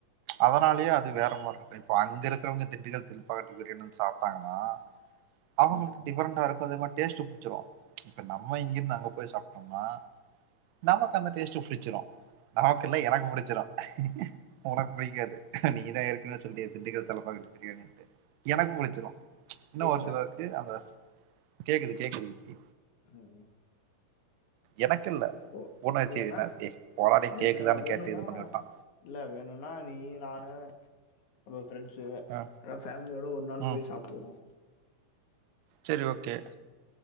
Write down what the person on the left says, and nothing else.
ம்.
கேக்குதா?
ம் ம்
ஓ!
வேணா
வேணு
வேணும்னா
இல்ல வேணும்னா நீயி நானு நம்ம ஃப்ரெண்ட்ஸ்சு
எல்லா ஃபேமிலியோட ஒரு நாள்
போய் சாப்பிடுவோ